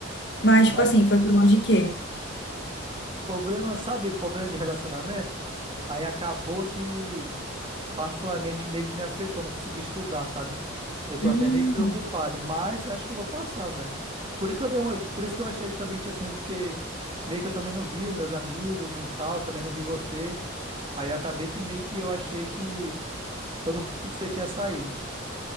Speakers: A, on the left; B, on the right.
A: Mas,
B: Mas
A: tipo assim, foi por onde de quê?
B: problema, sabe, problema de relacionamento, aí acabou que particularmente meio que me afetou, não consegui estudar, sabe? Eu tô
A: Hum.
B: até meio preocupado, mas acho que eu vou passar, velho. Por isso que eu dei uma, por isso que eu achei que também tinha sumido, porque meio que eu também não vi os meus amigos e tal, também não vi você. Aí eu acabei que meio que eu achei que todo mundo que você tinha saído.